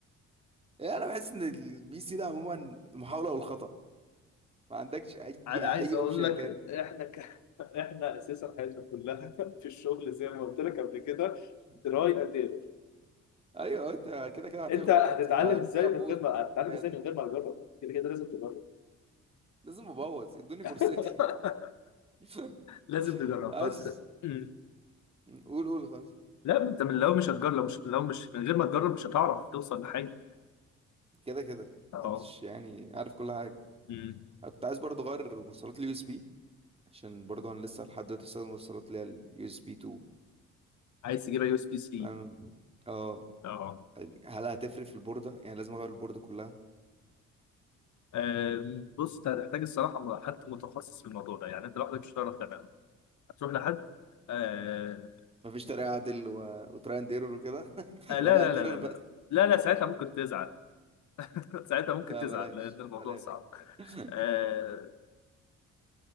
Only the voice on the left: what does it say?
انا عايز
اقول
لك احنا ك... <laughs> احنا اساسا حياتنا كلها <laughs> في الشغل زي ما قلت لك قبل كده
تراي اند ايرور
انت هتتعلم
ازاي من
غير ما هتتعلم
ازاي من غير ما تجرب كده كده لازم تجرب
<laughs>
لازم تجرب
فانت مم.
لا ما انت من لو مش هتجرب لو مش لو مش من غير ما تجرب مش هتعرف توصل لحاجه
اه
مم.
عايز تجيبها يو اس بي سي
اه
آم، بص انت هتحتاج الصراحه م- حد متخصص في الموضوع ده يعني انت لوحدك مش هتعرف تعملها هتروح لحد آه،
آه، لا
لا
لا لا
لا لا لا ساعتها ممكن تزعل <laughs> ساعتها ممكن
تزعل
لأن الموضوع
صعب
آه